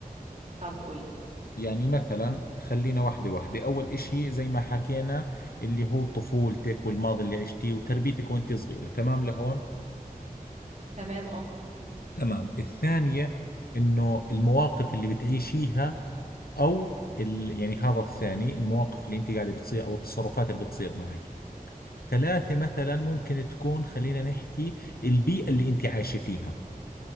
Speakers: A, on the right; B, on the left.
A: طب قولي
B: يعني مثلا خلينا واحدة واحدة أول إشي زي ما حكينا اللي هو طفولتك والماضي اللي عشتيه وتربيتك وأنت صغيرة تمام لهون
A: تمام اه
B: تمام الثانية إنه المواقف اللي بتعيشيها أو ال... يعني هذا الثاني المواقف اللي أنت قاعدة بتصير أو التصرفات اللي بتصير معك ثلاثة مثلا ممكن تكون خلينا نحكي البيئة اللي أنت عايشة فيها